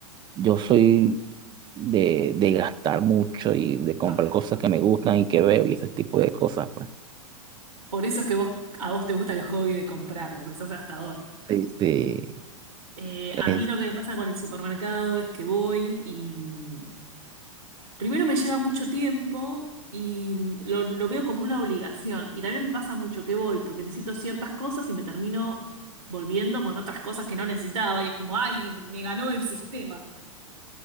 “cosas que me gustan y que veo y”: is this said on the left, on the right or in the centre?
Right